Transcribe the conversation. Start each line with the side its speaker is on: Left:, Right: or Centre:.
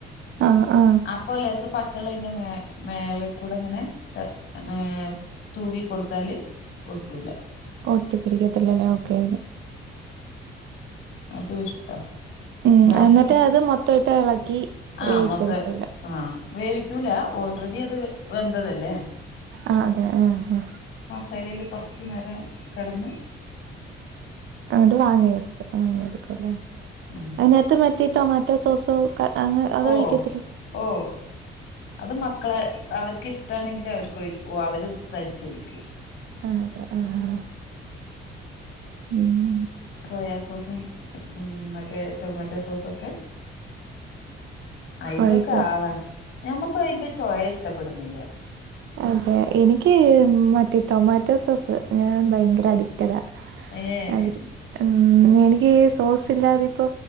Right: ആഹ് ആഹ്
Left: അപ്പ ലേസം പച്ചവെള്ളയിന്റെ മേ മേല് കൂടെ ഇങ്ങനെ ഏ തൂവി കൊടുത്താല് ഒട്ടൂല
Right: ഒട്ടിപ്പടിക്കത്തില്ലല്ലോ ഓക്കേ.
Left: അതു ഇഷ്ട
Right: ഉം
Left: നാലുമണി
Right: എന്നിട്ട് അത് മൊത്തമായിട്ട് ഇളക്കി
Left: ആഹ്
Right: വേവിച്ചെടുക്കല്ലേ
Left: മൊത്തെ ആഹ് വേവിക്കൂല ഓൾറെഡി അത് വെന്തതല്ലേ
Right: ആഹ് അതെ ആഹ് ആഹ്
Left: പെരയില് കൊറച്ച് നേരം കെടന്ന്
Right: അങ്ങട് വാങ്ങിവെക്കും വാങ്ങിയെടുക്കല്ലേ
Left: ഉം
Right: അതിനകത്ത് മറ്റെ ടൊമാറ്റോ സോസോ ക അങ്ങ് അതൊഴിക്കത്തില്ലേ
Left: ഓ ഓ അത് മക്കളെ അവർക്ക് ഇഷ്ടാണെങ്കില് അവർക്കോയി ഓ അവര് തയ്ച്ചോദിക്കും
Right: ആഹ് അതെ ആഹ് ആഹ് ഉം
Left: സോയാ സോസും ഉം മറ്റേ ടൊമാറ്റോ സോസൊക്കെ അയിന്റെക്കെ
Right: ഒഴിക്കും
Left: ആളാ ഞമ്മക്ക് അയിന്റെ ചൊയ ഇഷ്ടപ്പെടുന്നില്ല.
Right: അതെ എനിക്ക് മറ്റേ ടൊമാറ്റോ സോസ് ഞാൻ ഭയങ്കര അഡിക്റ്റഡാ
Left: ഏ
Right: അതി മുഉം മം എനിക്ക് ഈ സോസ് ഇല്ലാതെ ഇപ്പോ